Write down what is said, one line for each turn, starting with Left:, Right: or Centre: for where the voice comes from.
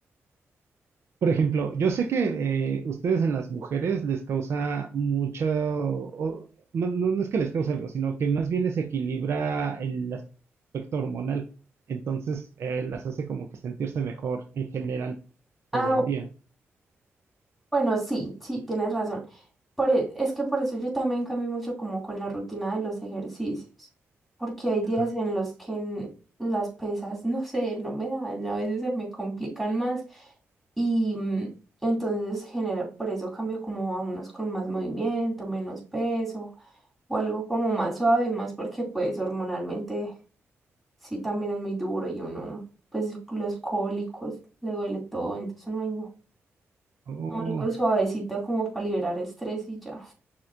Right: Por ejemplo, yo sé que eh, ustedes en las mujeres les causa mucho, o- no, no no es que les cause algo, sino que más bien les equilibra el aspecto hormonal. Entonces, eh, las hace como que sentirse mejor en general
Centre: Ah,
Right: todo el día.
Centre: Bueno, sí, sí, tienes razón. Por, e- es que por eso yo también cambio mucho como con la rutina de los ejercicios, porque hay días
Right: Ajá.
Centre: en los que n- las pesas, no sé, no me dan, a veces se me complican más y mm, entonces genera, por eso cambio como a unos con más movimiento, menos peso o algo como más suave y más porque pues hormonalmente sí también es muy duro y uno, pues los cólicos, le duele todo, entonces no hay
Right: Oh.
Centre: algo suavecito como para liberar estrés y ya.